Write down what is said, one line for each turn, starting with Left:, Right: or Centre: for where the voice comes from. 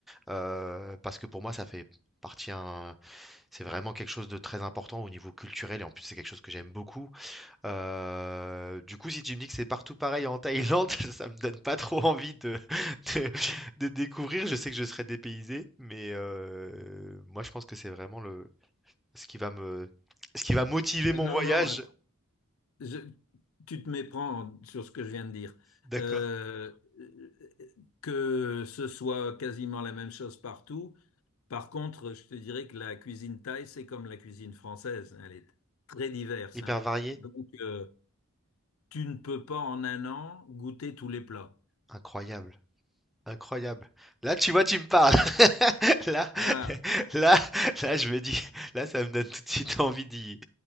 Centre: euh, parce que pour moi, ça fait partie un, c'est vraiment quelque chose de très important au niveau culturel et en plus, c'est quelque chose que j'aime beaucoup. Heu, du coup, si tu me dis que c'est partout pareil en Thaïlande, <laughs> ça me donne pas trop envie de <laughs> de de découvrir. Je sais que je serai dépaysé, mais heu, moi, je pense que c'est vraiment le ce qui va me ce qui va motiver
Left: Ah
Centre: mon
Left: Non,
Centre: voyage.
Left: non, att- je- tu te méprends sur ce que je viens de dire.
Centre: D'accord.
Left: Euh, euh, que ce soit quasiment la même chose partout, Par contre, je te dirais que la cuisine thaï, c'est comme la cuisine française, hein, elle est très diverse,
Centre: Hyper
Left: hein.
Centre: varié?
Left: Donc, euh, tu ne peux pas en un an goûter tous les plats.
Centre: Incroyable. Incroyable. Là, tu vois, tu me parles. <laughs> Là,
Left: Ah,
Centre: là, là, je me dis, là, ça me donne tout de suite envie d'y,